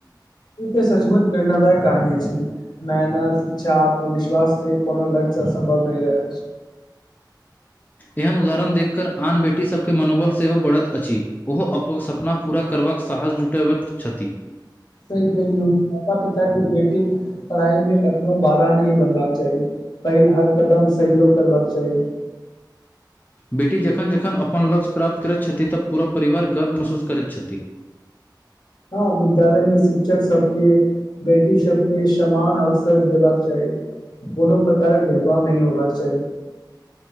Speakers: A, on the left; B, on the left.
A: ई तऽ सच - मुच प्रेरणादायक कहानी अछि मेहनत शिक्षा आत्मविश्वास से कोनो लक्ष्य असम्भव नहि रहै
B: एहन उदाहरण देखि कऽ आन बेटी सभके मनोबल सेहो बढ़त अछि ओहो अपन सपना पूरा करबाक साहस जुटबैत छथि
A: केह देलियू माता पिता के बेटी पढ़ाई मे कखनो बधा नहि बनबाक चाही पहिल हर कदम सहयोग करबाक चाही
B: बेटी जखन जखन अपन लक्ष्य प्राप्त करैत छथि तऽ पूरा परिवार गर्व महसूस करैत छथि
A: हँ विद्यालय मे शिक्षक सबके बेटी सबके समान अवसर देबाक चाही कोनो प्रकारक भेदभाव नहि होबाक चाही